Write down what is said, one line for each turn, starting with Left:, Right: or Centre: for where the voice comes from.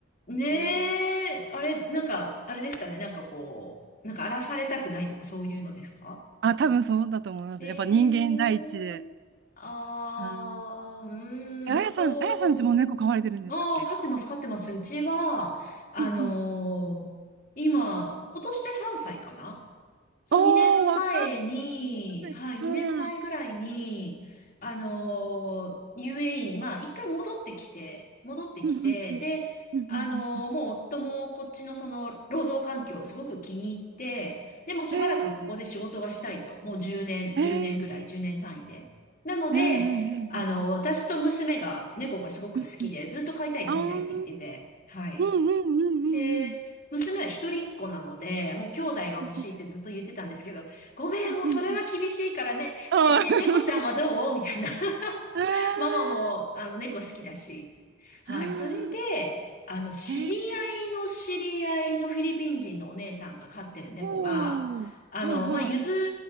Left: ん、ねえ、
Right: うん、
Left: あれ、なんか、あれですかね、なんかこう、なんか荒らされたくないとかそういうのですか
Right: あ、多分そうだと思います。
Left: ええああー、
Right: やっぱ人間第一で。うん。
Left: うーん、
Right: え、あやさん、
Left: そうなん。
Right: あやさんってもう猫飼われてるんでしたっけ
Left: ああー、飼ってます、飼ってます。うちは、あのー今、
Right: うんうん
Left: 今年で3歳かなそう、
Right: おー、
Left: 2年前に、
Right: 若
Left: はい、
Right: い。
Left: 2年前ぐらいに、
Right: うん。うん
Left: あのー UAE に、まあ、一回戻ってきて、戻ってきて、
Right: うんうん
Left: で、
Right: うんうん
Left: あのーもう夫もこっちのその、労働環境をすごく気に入って、でもしばらくここで仕事がしたいと、
Right: うんえ
Left: もう10年、1年ぐらい、
Right: ー、えー、
Left: 10年単位で。なので、
Right: えー、えー、えー、
Left: あのー私と娘が、猫がすごく好きで、
Right: うんうん
Left: ずっと飼いたい飼いたいって言ってて、
Right: あー、うん
Left: はい。
Right: うんうんうんうん。
Left: で、娘は一人っ子なので、もう兄弟が欲しいってずっと言ってたんですけど、
Right: うん
Left: ごめん、もうそれは厳しいからね、
Right: うん。あー
Left: ね、ね、猫ちゃんはどうみたいな。
Right: <laughs> あー、
Left: <laughs> ママも、あの、猫好きだし。はい。
Right: あー
Left: それで、あの、知り合いの知り合いのフィリピン人のお姉さんが飼ってる猫が、
Right: へえ、おお、
Left: あの、
Right: はいはい。
Left: まあ、譲